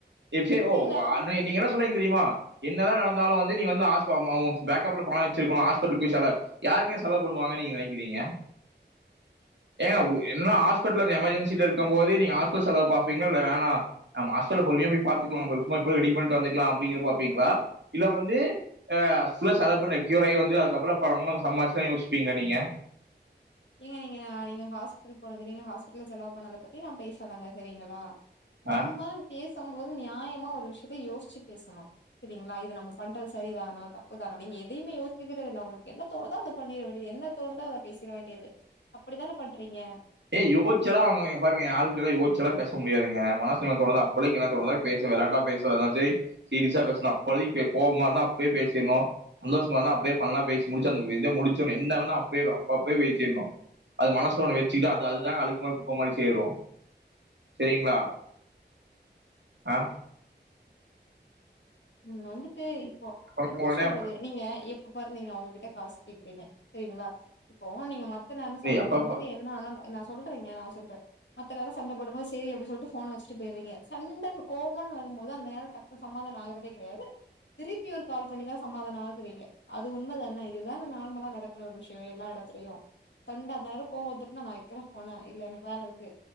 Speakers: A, on the right; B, on the left.
A: எப் ஜெ ஒ
B: நீங்க நடந்த
A: அ நீங்க என்ன சொன்னிங்க தெரியுமா என்னத நடந்தாலும் வந்து நீங்க ஹாஸ் ஹ பேக்கப்ல பணம் வச்சுருக்கணும் ஹாஸ்பிடல் செல யாருங்க செலவு பண்ணுவாங்க நீங்க நெனைக்கிறிங்க ஏங்க என்ன ஆ ஸ் ஹாஸ்பிட்டல எமர்ஜென்சில இருக்கு போது நீங்க ஹாஸ்பிடல் செலவு பாப்பீங்கள இல்ல வேணா நாம ஹாஸ்பல்ல பொறுமையா போயி பாத்துக்கலாம்மா எப்ப ரெடி பண்ணிட்டு வந்துக்கலாம் அப்படிங்க பாப்பீங்களா இல்ல வந்து ஹஸ்லா செலவு பண்ணி கியூர் ஆகி வந்து அதுக்கப்புறம் பல <unintelligible> யோசிப்பீங்களா நீங்க
B: ஏங்க நீங்க நீங்க ஹாஸ்பிடல் போனதுங்க ஹாஸ்பிடல் செலவ் பண்ணத பத்தி நான் பேசுலங்க சரிங்களா
A: ஆஹ்
B: நம்ம பேசம்போது நியாமா ஒரு விஷயத்தை யோசிச்சி பேசுமனும் சரிங்களா இது நம்ம பண்றது செரிதான தப்புதான நீங்க எதையுமே யோசிக்கிறதுல என்ன தோணுதோ அத பண்ணிராதீங்க வேண்டியது என்ன தோணுதோ அத பேசிற வேண்டி து அப்படித்தான பண்றீங்க
A: ஏன் யோச்சால அவங்க பாருங்க யாருகிட்ட யோச்சா பேச முடியாதுங்க மனசுல தோணுறது அப்போைக்கு என்ன தோணுதோ பேச விளா பேசாலும் சீரியஸா பேசணும் அப்போ கோவமா இருந்தா அப்பே பேசிடணும் சந்தோஷமா இருந்தா அப்படியே பண்ணலாம்சி முடிச்சு அந்த இத முடிச்சுடனும் என்னன்னா அப்பேப்ப அப்பயே பேசிடணும் அது மனசுல அ அதுதான் அழுக்கு மாதி குப்ப மாதிரி சேரும் சரிங்களா அ
B: உம் வந்துட்டு இப்போ
A: சொன்ன
B: என்ன
A: உடனே
B: சொல்றது நீங்க அப்பற நீங்க அவங்ககிட்ட காசு கேக்குறீங்க சரிங்களா இப்போ நீங்க பா நான் சண்டப்போடும்போது
A: ஏய் எப்பப்ப
B: என்ன ஆன சொல்றீங்க சொ மத்த நேரம் சண்ட போடும் போது சரி அப்படினு ஃபோன வச்சுட்டு போயிரிங்க சண்ட கோபனு வரும் போது அந்த நேரம் சமாதானம் ஆற கிடையாது திருப்பி ஒரு கால் பண்ணிதா சமாதானம் ஆகுரிங்க அது உண்மதான இது நார்மலா நடக்கிற ஒரு விஷயம் எல்லா இடத்துலயும் சண்ட போட்ற கோவப்பட்டு வைக்கிறேன் ஃபோன இல்ல எனக்கு வேல இருக்கு